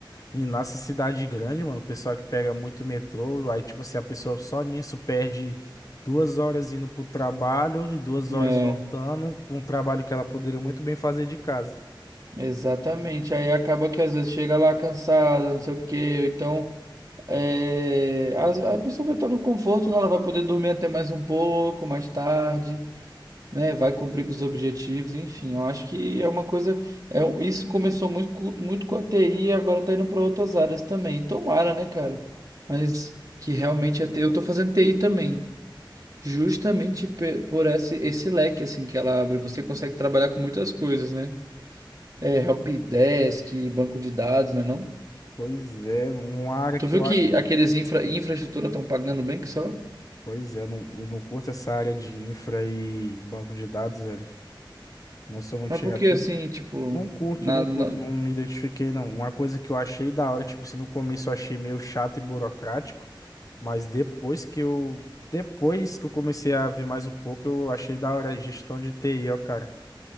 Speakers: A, on the left; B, on the right.
A: E nessa cidade grande, mano, o pessoal que pega muito metrô, aí, tipo assim, a pessoa só nisso perde duas horas indo pro trabalho e duas
B: É,
A: horas voltando, pra um trabalho que ela poderia muito bem fazer de casa.
B: exatamente. Aí acaba que às vezes chega lá cansada, não sei o quê, ou então é, a, a pessoa vai estar no conforto, né? Ela vai poder dormir até mais um pouco, mais tarde, né? Vai cumprir com os objetivos, enfim. Eu acho que é uma coisa. É, um- isso começou muito, com- muito com a TI e agora tá indo para outras áreas também. Tomara, né, cara? Mas que realmente a TI, eu tô fazendo TI também. Justamente pe- por esse, esse leque assim que ela abre, você consegue trabalhar com muitas coisas, né? É, helpdesk, banco de dados, né, não?
A: Pois é, Uma área que
B: Tu
A: eu
B: viu
A: acho.
B: que aqueles infra, infraestrutura estão pagando bem que só?
A: Pois é, eu não, eu não curto essa área de infra e banco de dados, velho. Não sou muito
B: Mas
A: chegado.
B: por que assim, tipo,
A: Não curto,
B: nada,
A: não curto,
B: na-
A: não me identifiquei, não. Uma coisa que eu achei da hora, tipo assim, no começo eu achei meio chato e burocrático, mas depois que eu. Depois que eu comecei a ver mais um pouco, eu achei da hora a gestão de TI, ó, cara.